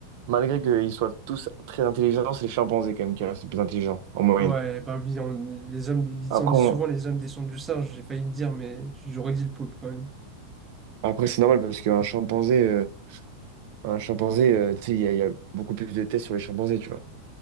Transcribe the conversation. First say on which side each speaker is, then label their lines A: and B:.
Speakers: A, on the right; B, on the right.
A: malgré qu'ils soient tous très intelligents, c'est le chimpanzé quand même qui reste le plus intelligent en moyenne.
B: Ouais, bah oui, on- les hommes, ils
A: Après,
B: en disent
A: on-
B: souvent les hommes descendent du singe, j'ai failli le dire, mais j'aurais dit le poulpe quand même.
A: après c'est normal parce qu'un chimpanzé, euh, Un chimpanzé, euh, tu sais, il y, a il y a beaucoup plus de tests sur les chimpanzés, tu vois.